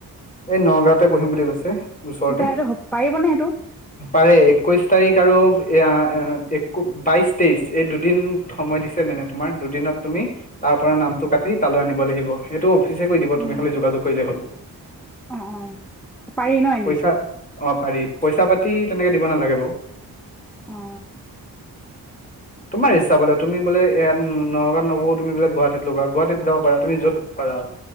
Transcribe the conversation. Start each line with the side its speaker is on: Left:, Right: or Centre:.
Left: এই নগাঁৱতে পঢ়িম বুলি কৈছে। ওচৰতে
Centre: এতিয়া সেইটো পাৰিবনে সেইটো
Left: পাৰে একৈশ তাৰিখ আৰু এ এক বাইশ তেইশ এই দুদিন সময় দিছে মানে তোমাৰ দুদিনত তুমি তাৰ পৰা নামটো কাটি তালৈ আনিব লাগিব সেইটো অফিচ কৈ দিব
Centre: অ',
Left: তুমি খালি যোগাযোগ কৰিলেই হ'ল।
Centre: অ অ পাৰি ন এনেই
Left: পইচা অ পাৰি পইচা পাতি তেনেকে দিব নালাগে বাৰু
Centre: অ
Left: তোমাৰ ইচ্ছা বোলে তুমি বোলে ইয়াত নগাঁৱত নবহো তুমি বোলে গুৱাহাটীত লগা গুৱাহাটীত যাব পাৰা তুমি য'ত পাৰা